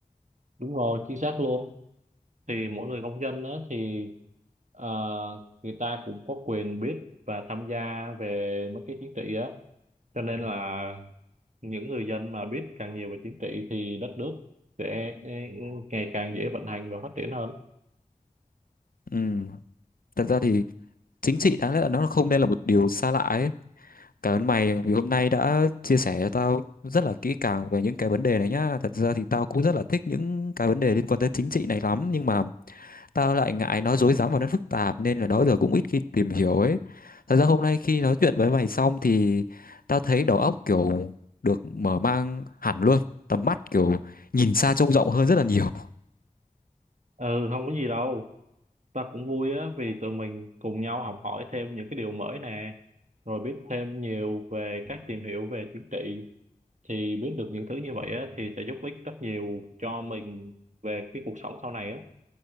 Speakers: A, on the right; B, on the left.
A: Đúng rồi, chính xác luôn. Thì mỗi người công dân á thì ờ, người ta cũng có quyền biết và tham gia về mấy cái chính trị á, cho nên là những người dân mà biết càng nhiều về chính trị thì đất nước sẽ eh, ngày càng dễ vận hành và phát triển hơn
B: ừ. thật ra thì chính trị đáng lẽ là nó không nên là một điều xa lạ ấy cảm ơn mày vì hôm nay đã chia sẻ cho tao rất là kỹ càng về những cái vấn đề này nhá thật ra thì tao cũng rất là thích những cái vấn đề liên quan tới chính trị này lắm nhưng mà tao lại ngại nó rối rắm và nó phức tạp nên là đó giờ cũng ít khi tìm hiểu ấy thật ra hôm nay khi nói chuyện với mày xong thì tao thấy đầu óc kiểu được mở mang hẳn luôn tầm mắt kiểu nhìn xa trông rộng hơn rất là nhiều
A: ừ không có gì đâu ta cũng vui á vì tụi mình cùng nhau học hỏi thêm những cái điều mới nè rồi biết thêm nhiều về các tìm hiểu về chính trị thì biết được những thứ như vậy á thì sẽ giúp ích rất nhiều cho mình về cái cuộc sống sau này á